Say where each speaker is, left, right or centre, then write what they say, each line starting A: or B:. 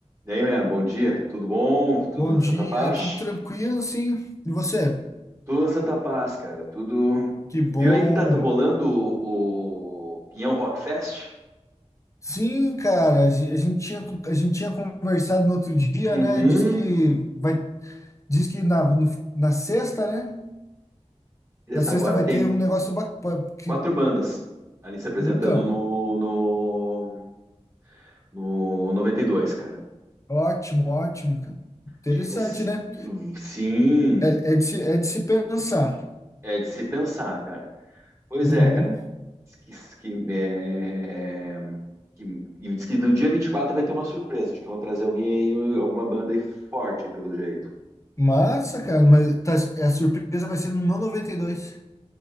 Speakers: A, on the right; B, on the left.
A: E aí, mano, bom dia. Tudo bom? Tudo
B: Bom
A: na
B: dia,
A: Santa Paz?
B: tudo tranquilo, sim. E você?
A: Tudo na Santa Paz, cara. Tudo.
B: Que bom.
A: Viu aí que tá rolando o, o Pinhão Rock Fest?
B: Sim, cara, a gen- a gente tinha, a gente tinha conversado no outro dia,
A: Uhum.
B: né? Diz que vai, diz que na, no- na sexta, né?
A: Desde
B: Na sexta
A: agora
B: vai
A: tem
B: ter um negócio bacana. Que,
A: quatro bandas ali se apresentando
B: então,
A: no, no, no 92, cara.
B: ótimo, ótimo, cara. Interessante,
A: Acho que vai. ser-
B: né?
A: Sim,
B: É, é de se, é de se pensar.
A: é de se pensar, cara. Pois
B: Uhum.
A: é, cara. Que, que, é, que, e diz que no dia 24 vai ter uma surpresa. Acho que vão trazer alguém aí, alguma banda aí forte, aí, pelo jeito.
B: Massa, cara, mas tá- a surpresa vai ser no 92.